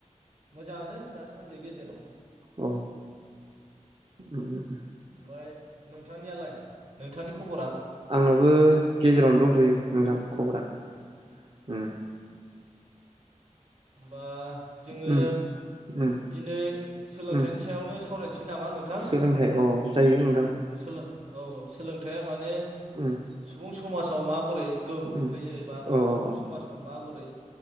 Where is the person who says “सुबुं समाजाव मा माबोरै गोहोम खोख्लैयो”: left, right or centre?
Right